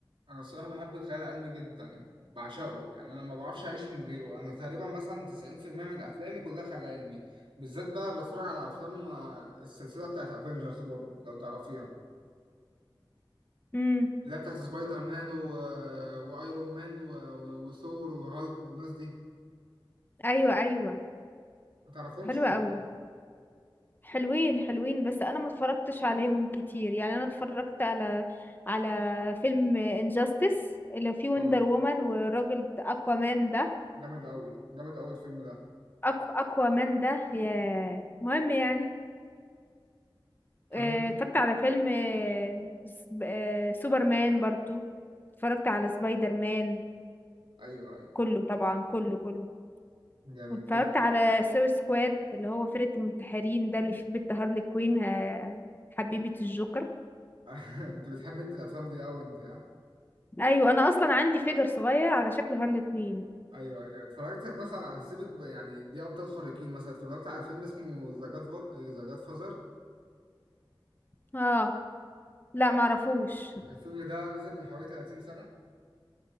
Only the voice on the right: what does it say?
انا الصراحه بحب الخيال العلمي جدا بعشقه يعني انا ما بعرفش اعيش من غيره انا تقريبا مثلا 90% من افلامي كلها خيال علمي بالذات بقى بتفرج على افلام آه، السلسله بتاعت افنجرز برضو لو تعرفيها
اللي هي بتاعت سبايدر مان و... وايرون مان و... و... وثور وهالك والناس دي
ما تعرفهمش
ولا
إيه؟
اه
جامد قوي جامد قوي الفيلم ده
كمل
ايوه ايوه
جامد
بت-
<laughs> انت بتحب انت الافلام دي قوي انت ها؟
ايوه ايوه اتفرجت مثلا على سيبك يعني دي ابطال خارقين مثلا اتفرجت على فيلم اسمه ذا جاد ذا جاد فازر
الفيلم ده نزل من حوالي 30 سنه